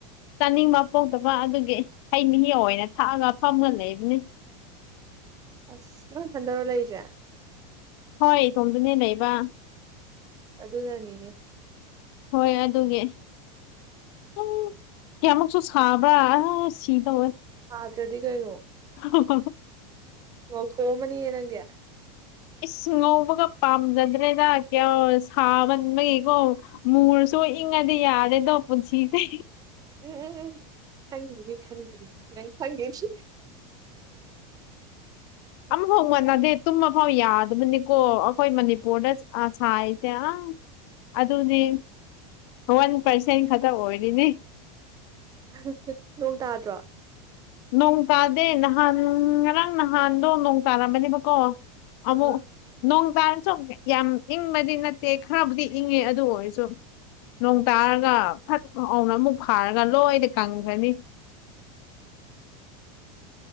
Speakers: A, on the left (about 45°); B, on the right (about 20°).
A: ꯆꯥꯅꯤꯡꯕ ꯄꯣꯛꯇꯕ ꯑꯗꯨꯒꯤ ꯍꯩ ꯃꯍꯤ ꯑꯣꯏꯅ ꯊꯛꯑꯒ ꯐꯝꯒ ꯂꯩꯕꯅꯤ
B: ꯑꯁ ꯅꯪ ꯅꯊꯟꯗꯔꯣ ꯂꯩꯔꯤꯖꯦ
A: ꯍꯣꯏ ꯏꯇꯣꯝꯗꯅꯦ ꯂꯩꯕ
B: ꯑꯗꯨꯅꯅꯤꯅꯦ
A: ꯍꯣꯏ ꯑꯗꯨꯒꯤ ꯎ ꯀꯌꯥꯃꯨꯛꯁꯨ ꯁꯥꯕ꯭ꯔꯥ ꯑꯁ ꯁꯤꯗꯧꯋꯦ
B: ꯁꯥꯗ꯭ꯔꯗꯤ ꯀꯩꯅꯣ
A: ꯍꯣ ꯍꯣꯍꯣ
B: ꯊꯣꯝꯃꯅꯤꯌꯦ ꯅꯪꯗꯤ
A: ꯏꯁ ꯉꯧꯕꯒ ꯄꯥꯝꯖꯗ꯭ꯔꯦꯗ ꯀꯌꯥ ꯁꯥꯕꯟꯕꯒꯤꯀꯣ ꯃꯨꯔꯁꯨ ꯇꯨ ꯏꯪꯉꯗꯤ ꯌꯥꯔꯦꯗꯣ ꯄꯨꯟꯁꯤꯁꯦ
B: ꯎꯝ ꯎꯝ ꯎꯝ ꯈꯪꯒꯤꯅꯤ ꯈꯪꯒꯤꯅꯤ ꯅꯪ ꯈꯪꯒꯤꯅꯤ
A: ꯑꯃꯐꯥꯎ ꯃꯅꯗꯦ ꯇꯨꯝꯃꯐꯥꯎ ꯌꯥꯗꯕꯅꯤꯀꯣ ꯑꯩꯈꯣꯏ ꯃꯅꯤꯄꯨꯔꯗ ꯑꯥ ꯁꯥꯏꯁꯦ ꯑꯪ ꯑꯗꯨꯅꯦ ꯋꯥꯟ ꯄꯥꯔꯁꯦꯟ ꯈꯛꯇ ꯑꯣꯏꯔꯤꯅꯤ
B: ꯑꯍ ꯍ ꯅꯣꯡ ꯇꯥꯗ꯭ꯔꯣ
A: ꯅꯣꯡ ꯇꯥꯗꯦ ꯅꯍꯥꯟ ꯉꯔꯥꯡ ꯅꯍꯥꯟꯗꯣ ꯅꯣꯡ ꯇꯥꯔꯝꯕꯅꯦꯕꯀꯣ ꯑꯃꯨꯛ
B: ꯑꯥ
A: ꯅꯣꯡ ꯇꯟꯥꯥꯥꯔꯁꯨ ꯌꯥꯝ ꯏꯪꯕꯗꯤ ꯅꯠꯇꯦ ꯈꯔꯕꯨꯗꯤ ꯏꯪꯉꯦ ꯑꯗꯨ ꯑꯣꯏꯔꯁꯨ ꯅꯣꯡ ꯇꯥꯔꯒ ꯐꯠ ꯑꯃꯨꯛ ꯐꯥꯔꯒ ꯂꯣꯏꯗꯥꯅ ꯀꯪꯈ꯭ꯔꯅꯤ
B: <inaudible>